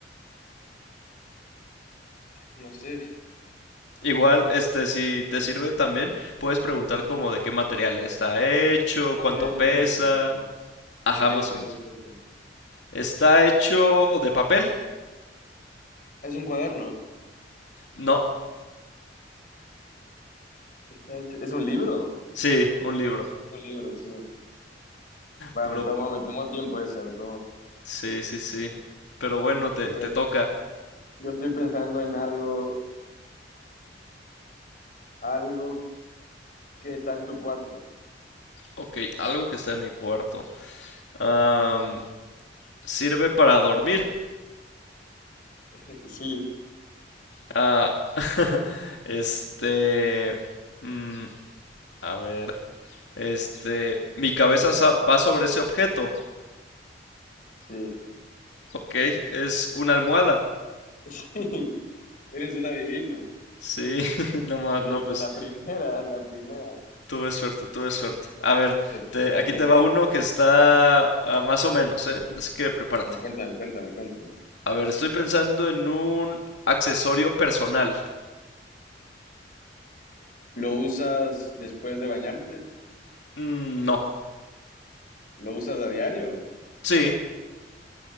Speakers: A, on the left; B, on the left.
A: no sé, ¿qué
B: Igual, este, si te sirve también, puedes preguntar como de qué material está hecho,
A: material
B: cuánto pesa.
A: está hecho?
B: Ajá,
A: ¿De qué
B: más
A: material
B: o menos.
A: está hecho?
B: ¿Está hecho de papel?
A: Es un cuaderno.
B: No.
A: Está hecho- ¿Es un libro?
B: Sí, un libro.
A: Un libro, sí. Vale,
B: Pero
A: me tomo,
B: bueno.
A: me tomo tiempo ese, me tomo.
B: Sí, sí, sí. Pero bueno, te,
A: A
B: te
A: ver,
B: toca.
A: yo estoy pensando en algo, algo que está en tu cuarto.
B: Ok, algo que está en mi cuarto. Am, ¿sirve para dormir?
A: <laughs> Sí,
B: Ah, <laughs> este... mm, a ver. Este, mi cabeza sa- va sobre ese objeto.
A: sí.
B: Ok, es una almohada.
A: <laughs> Eres un adivino.
B: Sí, <laughs> no más,
A: Oye,
B: no, pues
A: que la primera, la primera.
B: tuve suerte, tuve suerte. A ver,
A: Te toca,
B: te- aquí
A: te toca.
B: te va uno que está ah, más o menos, ¿eh? Así que prepárate.
A: A ver, cuéntame, cuéntame, cuéntame.
B: A ver, estoy pensando en un accesorio personal.
A: ¿Lo usas después de bañarte?
B: Mm, no.
A: ¿Lo usas a diario?
B: Sí,